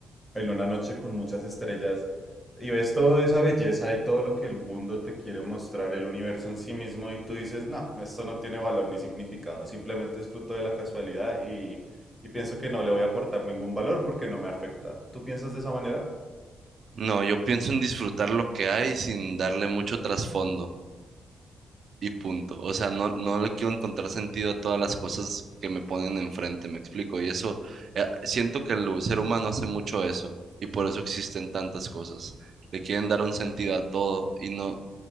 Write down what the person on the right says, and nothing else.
no, yo pienso en disfrutar lo que hay sin darle mucho trasfondo. y punto. O sea, no, no le quiero encontrar sentido a todas las cosas que me ponen enfrente, me explico. Y eso, eh, siento que el ser humano hace mucho eso y por eso existen tantas cosas. Le quieren dar un sentido a todo y no,